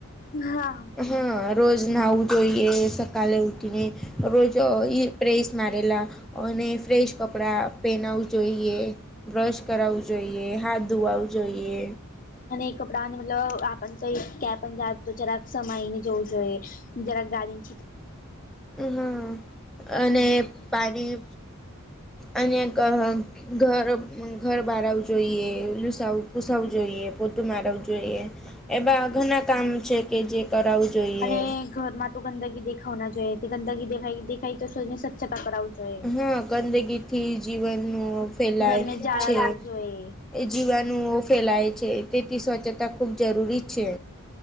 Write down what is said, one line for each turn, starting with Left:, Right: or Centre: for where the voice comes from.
Left: હા.
Centre: હા રોજ નાવું જોઈએ સકાલે ઉઠીને રોજ ઈ પ્રેસ મારેલા અને ફ્રેશ કપડા પેનાવું જોઈ બ્રશ કરું જોઈએ હાથ ધોવાું જોઈએ
Left: અને કપડા અને મતલબ આપ કઈ ક્યા પણ જા જરાક સમાય ને જવું જોઈએ જરાક ગાડી
Centre: હમ અને પાણી અને ધ ઘર ઘર બારવું જોઈએ લુસાવું ઘુસાવું જોઈએ પોતું મારવું જોઈએ એવા ઘણા કામ છે, કે જે કરાવવું જોઈએ
Left: અને ઘરમાં તો ગંદગ દેખાવના જોઈએ, ગંદગી દે દેખાઈ તોને સ્વચ્છતા કરાવું જોઈએ.
Centre: હા, ગંદગીથી જીવનનું ફેલાય
Left: ઘરને જાળા
Centre: છે.
Left: લવું જોઈએ.
Centre: એ જીવાણુઓ ફેલાય છે તેથી સ્વચ્છતા ખૂબ જરૂરી છે.